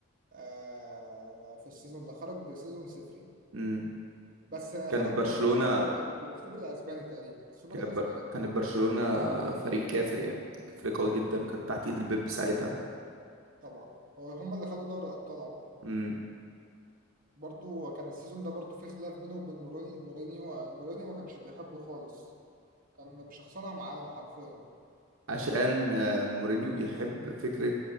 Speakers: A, on the right; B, on the right.
A: آه، في السيزون ده خرج بسيزون صفري
B: امم
A: بس آه،
B: كانت
A: خرج
B: برشلونة
A: بالدوري الاسباني السوبر الاسباني تقريبا السوبر
B: كانت
A: الاسباني
B: بر... كانت برشلونة فريق كافر يعني فريق قوي جدا وكانت تحت ايد البيب ساعتها
A: طبعا هو هم اللي خدوا دوري الابطال عموما
B: امم
A: برضو كان السيزون ده برضو فيه خلاف بينه وبين مورينيو مورينيو مورينيو ما كانش بيحبه خالص كان بشخصنها معاه حرفيا
B: عشان
A: آه
B: آه، مورينيو بيحب فكرة